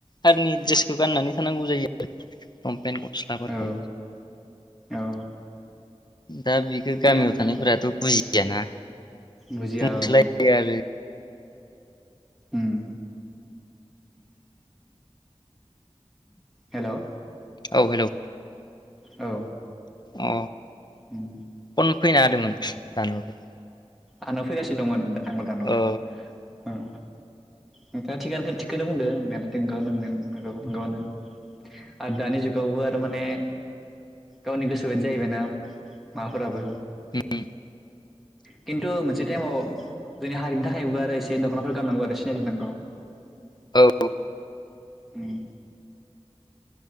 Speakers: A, on the left; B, in the centre.
A: हारिनि ड्रेस बेखौ गाननानै थानांगौ जायो आरो फेन गस्लाफोरखौ
B: औ औ
A: दा बेखौ
B: थिगानो
A: गामियाव थानायफोराथ'
B: औ
A: बुजियाना
B: बुजिया
A: बुंसोलायो
B: औ
A: आरो
B: उम हेल'
A: औ हेलौ
B: औ
A: अ
B: उम
A: फन फैना होदोंमोन दानहरबाय
B: आंना फैगासिनो दंमोन दा आंबो दानहरबाय
A: औ
B: ओ नोंथाङा थिगानो थिगखौनो बुंदों नंनायालाय न नगौ नंगौयानो आरो दानि जुगावबो आरो माने गावनि गोसोबायदि जाहैबायनाा माबाफोराबो
A: हम
B: खिन्थु मोनसे टाइमाव जोंनि हारिनि थाखायबो आरो एसे दख'नाफोर गाननांगौ आरो सि <unintelligible>
A: औ।
B: उम।